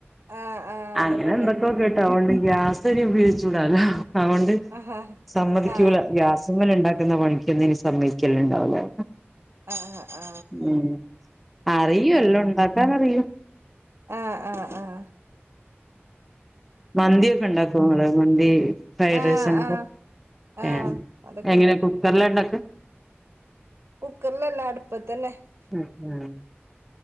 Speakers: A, on the right; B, in the centre.
A: ആ ആ
B: അങ്ങനെ
A: അതൊക്കെ ഉണ്ട്
B: എന്തൊക്കോ കേട്ട് അതോണ്ട് ഗ്യാസ് രി ഉപയോഗിച്ചൂടാലോ അതൊണ്ട്
A: ആ ആ
B: സമ്മതികൂലാ
A: ആ
B: ഗ്യാസ്മ്മല് ഇണ്ടാക്കുന്ന പണി ന് സമ്മയ്ക്കല് ഇണ്ടാവൂലല്ലോ
A: ആ ആ
B: ഉം അറിയോ എല്ലം ഇണ്ടാക്കാനറിയോ
A: ആഹ് ആഹ് ആഹ്
B: മന്തി ഒക്കെ ഉണ്ടാക്കോ ങ്ങള് മന്തി ഫ്രൈഡ്
A: ആ
B: റൈസ് അങ്ങൻത്തെ
A: ആ
B: ഹേ
A: ആ അതൊക്കെ
B: എങ്ങനെ കുക്കർലാ ഇണ്ടാക്കാ
A: കുക്കർലല്ല അടുപ്പത്തന്നെ
B: ഉം ഉം